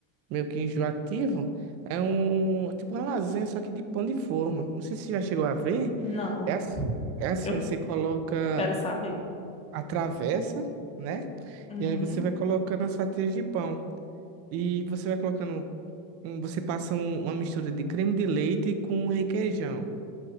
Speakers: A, on the right; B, on the left.
A: meio que enjoativo. É um, tipo uma lasanha, só que de pão de forma. Não sei se você já chegou a ver.
B: Não,
A: É, ass- é assim,
B: eu
A: você coloca
B: quero saber.
A: a travessa, né?
B: Uhum,
A: E aí você vai colocando as fatias de pão. E você vai colocando, um- você passa um- uma mistura de creme de leite com requeijão.